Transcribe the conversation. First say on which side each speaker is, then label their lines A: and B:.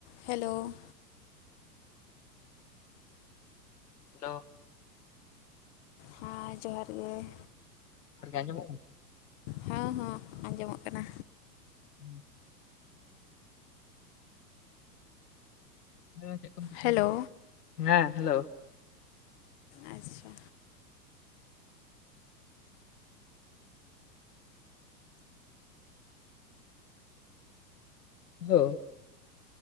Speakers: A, on the left; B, on the left.
A: Hello
B: hello
A: ᱦᱟᱸ ᱡᱚᱦᱟᱨ ᱜᱮ
B: ᱡᱚᱦᱟᱨᱜᱮ ᱟᱡᱚᱢᱚᱜ ᱠᱟᱱᱟ
A: ᱦᱚᱸ ᱦᱚᱸ ᱟᱸᱡᱚᱢᱚᱜ ᱠᱟᱱᱟ
B: ᱦᱩᱸ ᱟᱫᱚ ᱪᱮᱫ ᱠᱚᱢ ᱪᱤᱠᱟᱹᱭᱮᱫᱟ?
A: ᱦᱮᱞᱳ
B: ᱦᱮᱸ ᱦᱮᱞᱳᱣ
A: ᱟᱪᱪᱷᱟ
B: ᱦᱮᱞᱳᱣ